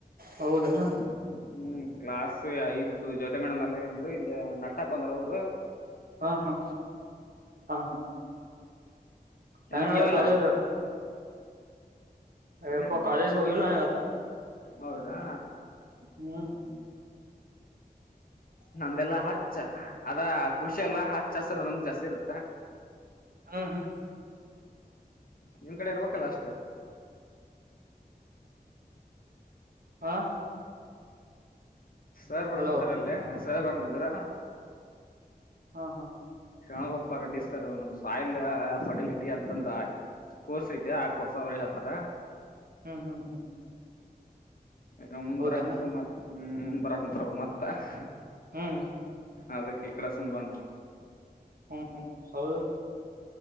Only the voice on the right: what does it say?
ಹೌದನಾ
ಹಾ ಹಾ ಹಾ ಹಾ. ಹೆಂಗ
ನಾಡ್ಡುಡ್
ಕಾಲೇಜ. ಹೇಳಪ್ಪ
ಕಾಲೇಜಗೆ ಹೋಗಿಲ್ಲ ನಾನ ಇವತ.
ಹು. <inaudible>
ಹು.
ಹಾ
ಹಲೋ
ಹಾ ಹಾ
ಹು ಹು ಹು
ಹೌದನಾ
ಹು.
ಹು ಹುಂ ಹೌದು.